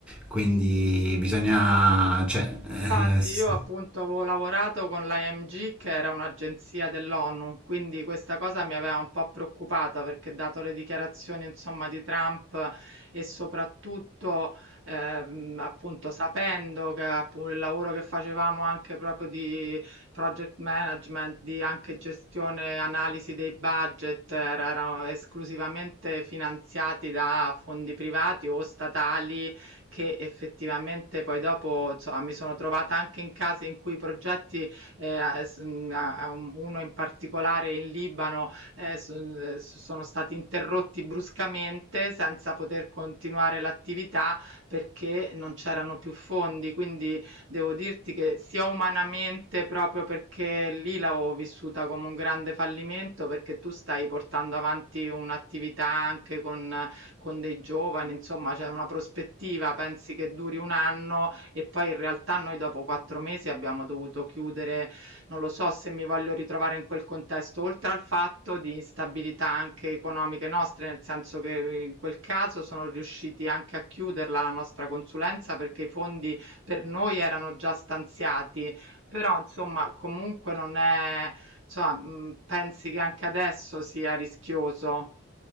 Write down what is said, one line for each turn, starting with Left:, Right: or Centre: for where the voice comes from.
Centre: quindi bisogna, cioè,
Right: Infatti
Centre: eh, s-
Right: io appunto avevo lavorato con l'IMG che era un'agenzia dell'ONU, quindi questa cosa mi aveva un po' preoccupata perché dato le dichiarazioni insomma di Trump e soprattutto ehm, appunto sapendo che appunto il lavoro che facevamo anche proprio di project management, di anche gestione, analisi dei budget era- erano esclusivamente finanziati da fondi privati o statali che effettivamente poi dopo, insomma, mi sono trovata anche in casi in cui i progetti, eh, s- mh, a- a- uno in particolare in Libano, eh, s- s- sono stati interrotti bruscamente senza poter continuare l'attività perché non c'erano più fondi. Quindi devo dirti che sia umanamente, proprio perché lì l'avevo vissuta come un grande fallimento, perché tu stai portando avanti un'attività anche con con dei giovani, insomma, c'è una prospettiva, pensi che duri un anno e poi in realtà noi dopo quattro mesi abbiamo dovuto chiudere, non lo so se mi voglio ritrovare in quel contesto, oltre al fatto di instabilità anche economiche nostre, nel senso che in quel caso sono riusciti anche a chiuderla la nostra consulenza perché i fondi per noi erano già stanziati, però insomma comunque non è, insomma, mh, pensi che anche adesso sia rischioso?